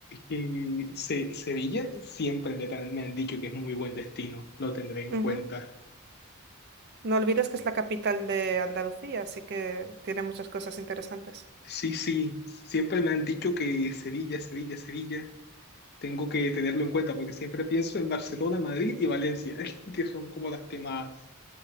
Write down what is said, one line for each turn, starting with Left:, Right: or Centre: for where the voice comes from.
Left: y Se- Sevilla siempre me, han- me han dicho que es muy buen destino, lo tendré en
Right: Ujú.
Left: cuenta.
Right: No olvides que es la capital de Andalucía, así que tiene muchas cosas interesantes.
Left: Sí, sí, siempre me han dicho que Sevilla, Sevilla, Sevilla. Tengo que tenerlo en cuenta porque siempre pienso en Barcelona, Madrid y Valencia, <laughs> que son como las que más